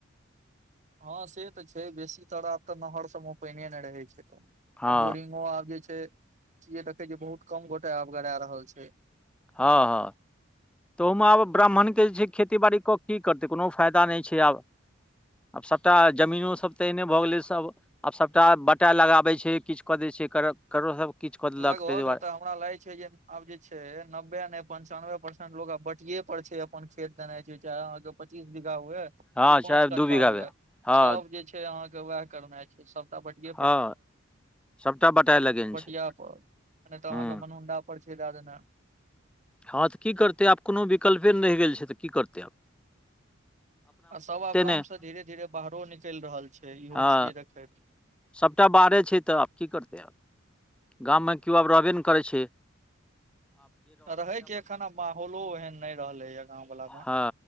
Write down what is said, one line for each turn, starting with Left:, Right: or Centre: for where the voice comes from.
Right: हँ से तऽ छै बेसी तरह आब तऽ नहर सबमे पानि नहि रहै छै
Centre: हँ
Right: आ बोरिंगो आब जे छै स देखे छै बहुत कम गोटे आब गड़ा रहल छ
Centre: हँ ह तोमे आब ब्राह्मण के जे छै खेती बाड़ी कऽ की करतै कोनो फायदा नहि छै आ आब सभटा जमीनोसभ तऽ एहने भऽ गेलै स आब सभटा बटा लगाबै छै किछ कऽ दै छै ककरोसभ किछ कऽ देलक
Right: लगभग
Centre: तहि दुआरे
Right: मतलब हमरा लाग छै जे आब जे छै नबे ने पंचानबे परसेंट आब बटिये पर छ अपन खेत देना छै चाहे अहाँ के पच्चीस बीघा हुए कि
Centre: हँ
Right: पाँंच
Centre: चाहे
Right: कट्ठा
Centre: दू बीघा
Right: हुए
Centre: भेल हँ
Right: सब जे ना छै सब बट
Centre: हँ सभटा बटाए लगेने
Right: परिय
Centre: छै
Right: तऽ अहाँके
Centre: हूँ
Right: मनुंडा पर छै दए देन
Centre: हँ तऽ की करतै आब कोनो विकल्पे नहि रहि गेल छै तऽ की करतै आ
Right: आ सब आब गाम
Centre: नहि
Right: से धीरे धीरे बाहरो निकलि रहल छै इहो
Centre: हँ
Right: छियै देख
Centre: सभटा बारे छै तऽ आब की करतै आ गाममे केओ आब रहबे नहि करै छ
Right: रहय के एखन आब माहौलो एहन नहि रहले या गांव वला म
Centre: हँ